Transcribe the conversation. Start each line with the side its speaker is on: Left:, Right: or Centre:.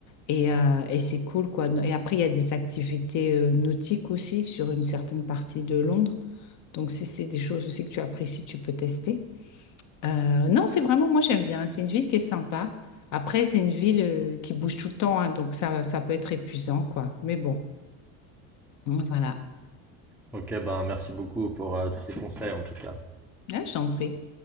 Left: Et, euh, et c'est cool, quoi. No, Et après, il y a des activités euh, nautiques aussi sur une certaine partie de Londres. Donc, si c'est des choses aussi que tu apprécies, tu peux tester. Euh, non, c'est vraiment, moi, j'aime bien. C'est une ville qui est sympa. Après, c'est une ville euh, qui bouge tout le temps, hein. donc ça, ça peut être épuisant, quoi. Mais bon, voilà.
Centre: Ok, ben merci beaucoup pour euh, tous ces conseils en tout cas.
Left: Ah, je t'en prie.